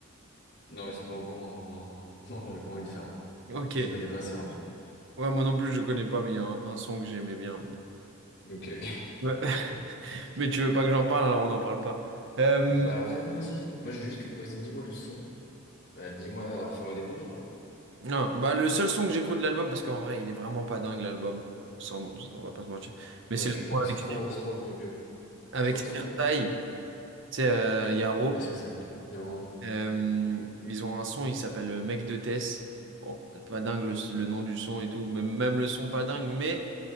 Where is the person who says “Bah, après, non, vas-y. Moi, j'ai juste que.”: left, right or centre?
Left